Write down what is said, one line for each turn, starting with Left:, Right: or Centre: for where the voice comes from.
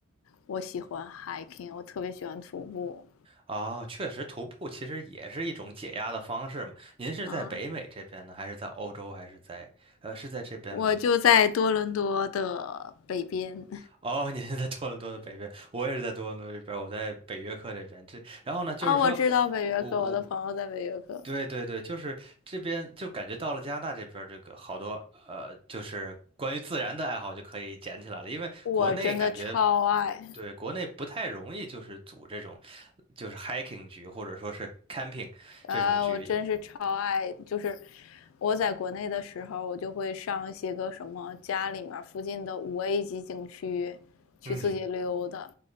Left: 我喜欢 hiking，我特别喜欢徒步
Right: 哦，确实，徒步其实也是一种解压的方式嘛。您是在北美这边呢，
Left: 啊。嗯
Right: 还是在欧洲，还是在呃是在这边吗？
Left: 我就在多伦多的北边
Right: <laughs> 哦，您是在多伦多的北边，我也是在多伦多这边，我在北约克这边。这然后呢，就是说我我
Left: 啊，我知道北约克，我的朋友在北约克，
Right: 对对对，就是这边就感觉到了加拿大这边儿这个好多呃，就是关于自然的爱好就可以捡起来了，因为国内感觉
Left: 我真的超爱，
Right: 对国内不太容易，就是组这种就是 hiking 局或者说是 camping
Left: 啊，
Right: 这种局。
Left: 我真是超爱。就是我在国内的时候，我就会上一些个什么家里面附近的五 A 级景区去自己溜达，
Right: 嗯，